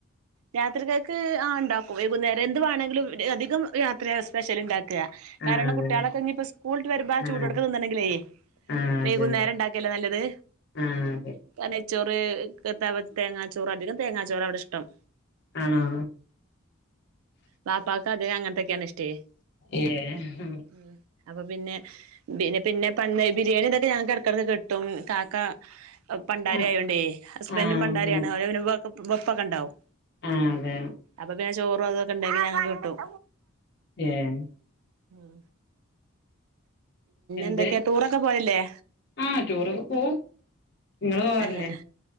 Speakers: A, on the right (about 85°); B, on the left (about 55°).
A: രാത്രിക്കക്ക് ആ ഇണ്ടാക്കും വൈകുന്നേരം എന്ത് വണങ്കിലും അധികം രാത്രിയാ സ്പെഷ്യൽ ഇണ്ടാ ക്ക കാരണം
B: ആഹ് അതെ
A: കുട്ടിളെക്കെ ഇഞ്ഞി പ്പ സ്കൂൾ വിട്ട് വരുമ്പോ അ ചൂടോട്ക്കനെ
B: ആഹ്
A: തിന്നണകിലെ
B: ആഹ്
A: വൈകുന്നേരം
B: അതെ
A: ഇണ്ടാക്കല്ലേ നല്ലത്
B: അതെ ആഹ് അതെ
A: പ നൈച്ചോറ് എത്താ തേങ്ങാച്ചോറ് അധികം തേങ്ങാച്ചോറാ ഇവിടെ ഇഷ്ടം
B: ആണോ
A: വാപ്പാക്ക് അധികം അങ്ങനത്തെക്കാണാ ഇഷ്ടേ
B: ഏഹ്
A: ഉം അപ്പൊ പിന്നെ പിന്നെ പിന്നെ പന്ന് ബിരിയാണി ന്തൊക്കെ ഞങ്ങക്ക്ടക്കിടക്ക് കിട്ടും കാക്ക പണ്ടാരി
B: ആഹ്
A: ആയോണ്ടേ ഹസ്ബൻറും
B: ആഹ്
A: പണ്ടാരിയാണ്
B: അങ്ങനെ
A: അവര വെപ്പൊക്കെ ഇണ്ടാവും
B: ആഹ് അതെ
A: അപ്പൊ പിന്നെ ചോറും അതൊക്കെ ഉണ്ടെങ്കിൽ ഞങ്ങക്ക് കിട്ടും
B: ഏഹ്
A: ഉം
B: എന്ത്
A: എന്തൊക്കെയാ ടൂറൊക്കെ പോവലില്ലേ
B: ആഹ് ടൂറൊക്കെ പൊവും ഇങ്ങള് പോവാറില്ലേ
A: ഏഹ്